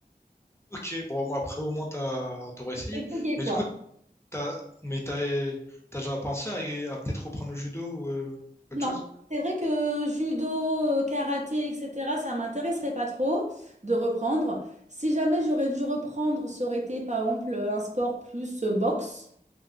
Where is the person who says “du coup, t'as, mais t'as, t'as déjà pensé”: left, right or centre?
Left